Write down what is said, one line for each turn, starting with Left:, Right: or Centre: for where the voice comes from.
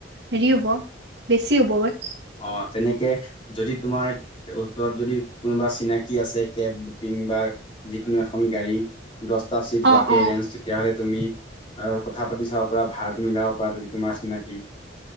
Right: হেৰি হ'ব বেছি হবগৈ।
Left: অ' তেনেকে যদি তোমাৰ ওচৰত যদি কোনোবা চিনাকি আছে কেব বুকিং বা যিকোনো এখন গাড়ী দহটা চিট
Right: অ
Left: হোৱাকে
Right: অ
Left: এৰেঞ্জ তেতিয়াহ'লে তুমি অ কথা পাতি চাব পৰা ভাৰটো মিলাব পৰা যদি তোমাৰ চিনাকি